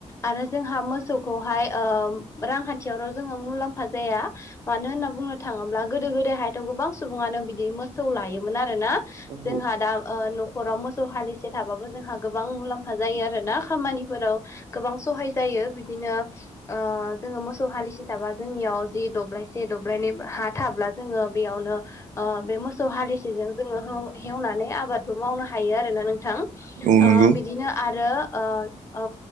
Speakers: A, on the left; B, on the right.
A: आरो जोंहा मोसौखौहाय रांखान्थियावल' जोङो मुलाम्फा जाया मानो होनना बुंनो थाङोब्ला गोदो गोदायहायथ' गोबां सुबुङानो बि बि मोसौ लायोमोन आरोोना
B: औ
A: जोंहा दा न खराव मोसौ हालिसे थाबाबो जोंहा गोबां मुलाम्फा जायो आर ना खामानिफोराव गोबां सहाय जायो बिदिनो जोङो मोसौ हालिसि थाबा जोंनियाव जि दब्लायसे दब्लायनि हा थाब्ला जोङो बेयावनो ओ बे मोसौ हालिसेजों जोङो हो हेवनानै आबादबो मावनो हायो आरोना नोंथां ओ
B: औ नंगौ
A: बिदिनो आरो ओ औ